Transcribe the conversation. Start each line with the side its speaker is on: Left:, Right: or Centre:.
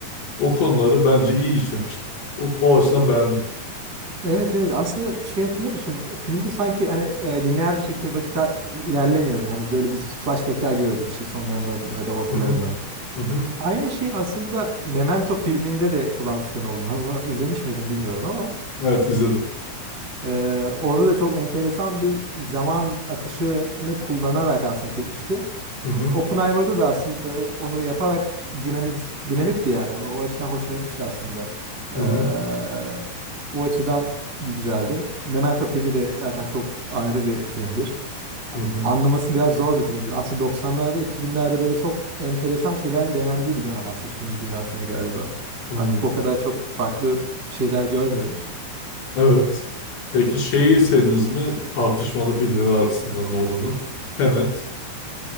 Left: O konuları bence iyi işlemişti. O, o açıdan beğendim.
Right: Evet evet aslında şey hatırlıyor musun? Filmde sanki hani e, lineer bir şekilde vakit a- e, ilerlemiyordu. Hani böyle biz flashbackler görüyorduk işte sonlarından ya da ortalarından.
Left: Hı hı. Hı hı.
Right: Aynı şey aslında Memento filminde de kullanmıştı Nolan. Hani Onu izlemiş miydin bilmiyorum ama.
Left: Evet izledim.
Right: Ee, orada da çok enteresan bir zaman akışını kullanarak aslında çekmişti.
Left: Hı hı.
Right: O- Oppenheimer'da da aslında onu yaparak dinamik, dinamikti yani. O açıdan hoşuma gitmişti aslında. Ee,
Left: Hı hı.
Right: o açıdan güzeldi. Memento filmi de zaten çok ayrı bir filmdir.
Left: Hı hı.
Right: Anlaması biraz zor bir filmdir. Aslında 90'larda 2000'lerde böyle çok enteresan şeylerin denendiği bir dönem aslında film dünyasında galiba.
Left: hı.
Right: Artık o kadar çok farklı şeyler görmüyoruz.
Left: Evet. Peki şeyi izlediniz mi? Tartışmalı filmleri arasında Nolan'ın. Tenet.